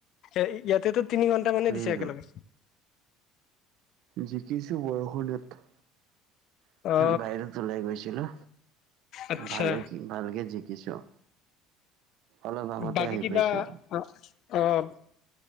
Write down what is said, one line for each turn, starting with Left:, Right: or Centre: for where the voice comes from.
Left: এ-ইয়াতেটো তিনি ঘন্টা মানে
Right: উম,
Left: দিছে একেলগে।
Right: জিকিছো বৰষুণত।
Left: অ
Right: বাহিৰত ওলাই গৈছিলো,
Left: আচ্ছা।
Right: ভালে ভালকে জিকিছো, অলপ আগতে
Left: বাকী
Right: আহি
Left: কিবা
Right: পাইছো।
Left: অ', অ',